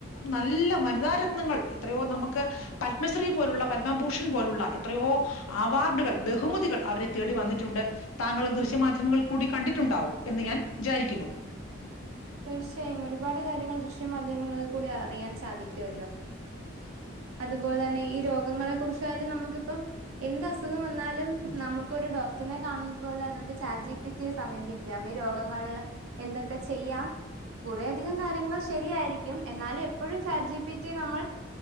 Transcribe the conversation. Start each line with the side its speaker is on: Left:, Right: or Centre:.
Left: നല്ല വനിതാരത്നങ്ങൾ എത്രയോ നമുക്ക് പത്മശ്രീ പോലുള്ള പത്മഭൂഷൺ പോലുള്ള എത്രയോ അവാർഡുകൾ ബഹുമതികൾ അവരെ തേടി വന്നിട്ടുണ്ട് താങ്കളെ ദൃശ്യമാധ്യമങ്ങളിൽ കൂടി കണ്ടിട്ടുണ്ടാവും എന്ന് ഞാൻ വിചാരിക്കുന്നു
Right: തീർച്ചയായും ഒരുപാട് കാര്യങ്ങൾ ദൃശ്യ മാധ്യമങ്ങളിൽ കൂടി അറിയാൻ സാധിക്കുവല്ലോ
Left: <inaudible>
Right: അതുപോലെ ന്നെ ഈ രോഗങ്ങളെ കുറിച്ച് ക്കാലും നമുക്കിപ്പൊ എന്തസുഖം വന്നാലും നമുക്കൊരു ഡോക്ടറിനെ കാണുന്നത് പോലെ നമുക്ക് ചാറ്റ്ജീപീറ്റിയെ സമീപിക്കാം ഈ രോഗങ്ങളിൽ എന്തൊക്കെ ചെയ്യാം കുറെയധികം കാര്യങ്ങൾ ശരിയായിരിക്കും എന്നാലും എപ്പോഴും ചാറ്റ്ജീപീറ്റിയെ നമ്മൾ